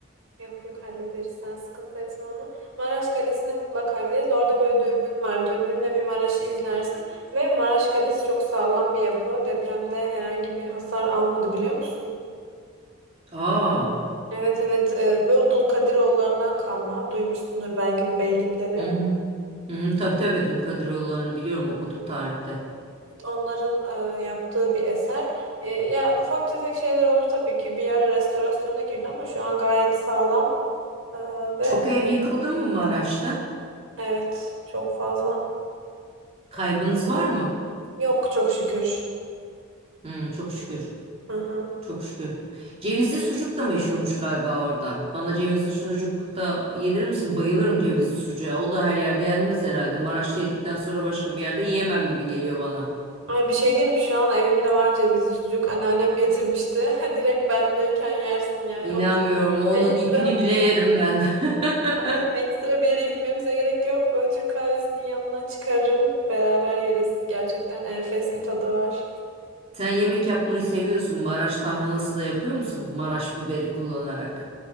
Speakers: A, on the right; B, on the right.
A: Yok yok hallederiz sen sıkıntı etme onu. Maraş Kalesi'ne mutlaka gideriz. Orada böyle dürbün var. Dürbünle bir Maraş'ı izlersin. Ve Maraş Kalesi çok sağlam bir yapı. Depremde herhangi bir hasar almadı biliyor musun?
B: Aa.
A: Evet evet e, böyle Dulkadiroğullarından kalma. Duymuşsundur belki bu beylikleri.
B: Hı hı. Hı hı, tabii tabii Dulkadiroğulları'nı biliyorum okuduk tarihte.
A: Onların e, yaptığı bir eser. E, ya ufak tefek şeyler oldu tabii ki. Bir ara restorasyona girdi ama şu an gayet sağlam. E, ve
B: Çok ev yıkıldı mı Maraş'ta?
A: evet çok fazla.
B: Kaybınız var mı?
A: Yok çok şükür.
B: Hı, çok şükür.
A: Hı hı.
B: Çok şükür. Cevizli sucuk da meşhurmuş galiba orada. Bana cevizli sucuk da yedirir misin? Bayılırım cevizli sucuğa. O da her yerde yenmez herhalde. Maraş'ta yedikten sonra başka bir yerde yiyemem gibi geliyor bana.
A: Ay bir şey diyeyim mi? Şu an evimde var cevizli sucuk. Anneannem getirmişti. <laughs> Direkt bendeyken yersin yani.
B: İnanmıyorum.
A: onu
B: Onun
A: ekstra,
B: ipini bile yerim ben. <laughs>
A: aynen ekstra bir yere gitmemize gerek yok. Böyle Türk kahvesinin yanına çıkarım. Beraber yeriz. Gerçekten enfes bir tadı var.
B: Sen yemek yapmayı seviyorsun. Maraş tarhanası da yapıyor musun? Maraş biberi kullanarak.